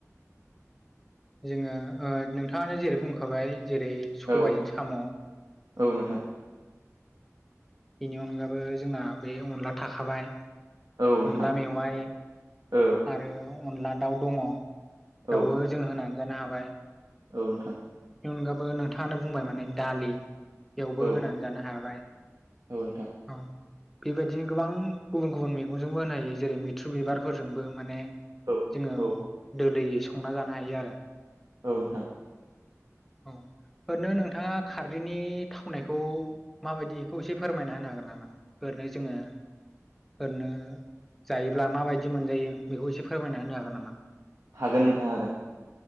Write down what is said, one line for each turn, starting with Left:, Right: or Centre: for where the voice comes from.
Centre: जोङो ओ नोंथाङानो जेरै बुंखाबाय जेरै सबायजों
Right: औ
Centre: साम'ओ
Right: औ नोंथां
Centre: बेनि अनगाबो जोंना बे अनला थाखाबाय
Right: औ नोंथां
Centre: अनला मेवाइ
Right: औ
Centre: आरो अनला दाउ दङ।
Right: औ
Centre: बेयावबो जों होनानै जानो हाबाय।
Right: औ नोंथां।
Centre: बेनि अनगाबो नोंथाङानो बुंबाय माने दालि बेयावबो
Right: औ
Centre: होनानै जानो हाबाय।
Right: औ नोंथां।
Centre: औ बेबायदिनो गोबां गुबुन गुबुन मैगंजोंबो होनो हायो जेरै मैथ्रु बिबारफोरजोंबो माने
Right: औ
Centre: जोङो
Right: औ
Centre: दोलोयै संना जानो हायो आरो।
Right: औ नोंथां।
Centre: औ। ओरैनो नोंथाङा खारदैनि थावनायखौ माबायदिखौ एसे फोरमायना होनो हागोन नामा? माने जोङो ओरैनो जायोब्ला माबायदि मोनजायो बेखौ एसे फोरमायना होनो हागोन नामा?
Right: हागोन नोंथां हागोन